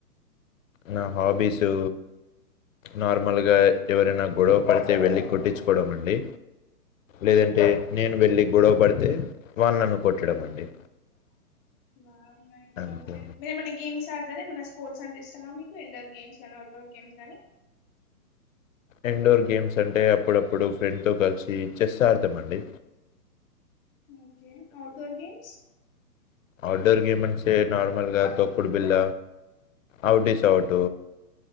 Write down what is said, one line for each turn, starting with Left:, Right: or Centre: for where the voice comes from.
Left: నా హాబీసు నార్మల్గా ఎవరైనా గొడవ పడితే వెళ్ళి కొట్టించుకోవడం అండి లేదంటే నేను వెళ్ళి గొడవ పడితే వాళ్ళు నన్ను కొట్టడం అండి
Centre: బాగున్నాయి
Left: అంతే
Centre: మీరేమన్న గేమ్స్ ఆడతరా స్పోర్ట్స్ అంటే ఇష్టమా మీకు ఇండోర్ గేమ్స్ గనీ అవుట్డోర్ గేమ్స్ గనీ
Left: ఇండోర్ గేమ్స్ అంటే అప్పుడప్పుడు ఫ్రెండ్తో కలిసి చెస్ ఆడతమండి
Centre: okay outdoor games
Left: outdoor game అంటే నార్మల్గా తోక్కుడు బిల్ల అవుట్ ఈస్ అవుట్